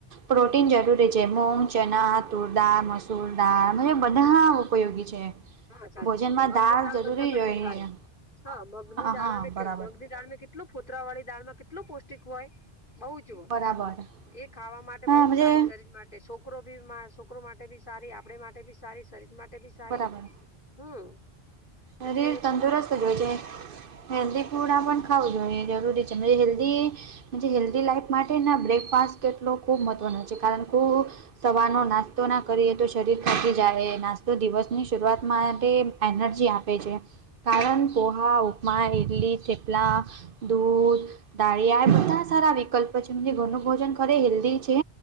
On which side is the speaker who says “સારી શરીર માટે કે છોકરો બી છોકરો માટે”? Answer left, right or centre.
Left